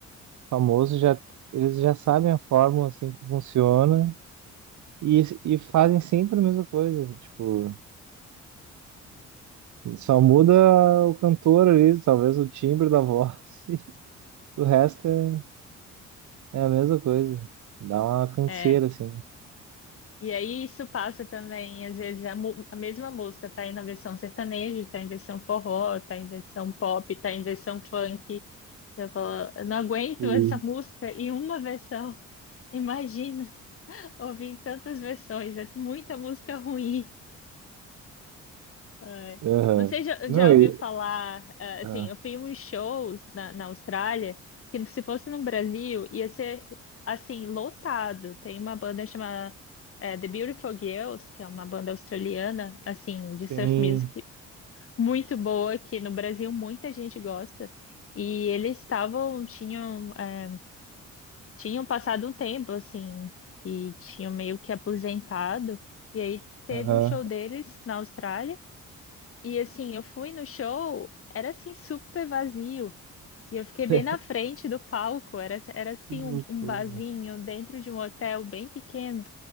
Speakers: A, on the right (about 70°); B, on the left (about 45°).
A: famoso, já, eles já sabem a fórmula assim que funciona e, e fazem sempre a mesma coisa. Tipo, só muda o cantor ali, talvez o timbre da voz, <laughs> e o resto é, é a mesma coisa. Dá uma canseira,
B: É.
A: assim.
B: E aí isso passa também, às vezes, a, mu- a mesma música tá aí na versão sertaneja, tá em versão forró, tá em versão pop, tá em versão funk. Eu falo, eu não aguento
A: E-
B: essa música em uma versão. Imagina <laughs> ouvir tantas versões, é muita música ruim. Ai.
A: Aham.
B: Você já,
A: Não,
B: já
A: e.
B: ouviu falar, ah, assim,
A: ah,
B: eu fui em uns shows na, na Austrália, que se fosse no Brasil, ia ser, assim, lotado. Tem uma banda chamada, eh, The Beautiful Girls, que é uma banda australiana, assim, de surf
A: Sim.
B: music, muito boa, que no Brasil muita gente gosta. E eles estavam, tinham, eh, tinham passado um tempo, assim, que tinham meio que aposentado, e aí teve
A: Aham.
B: um show deles na Austrália, e assim, eu fui no show, era assim super vazio. E eu fiquei bem
A: <laughs>
B: na frente do palco, era, era assim
A: Que loucura.
B: um, um barzinho dentro de um hotel bem pequeno.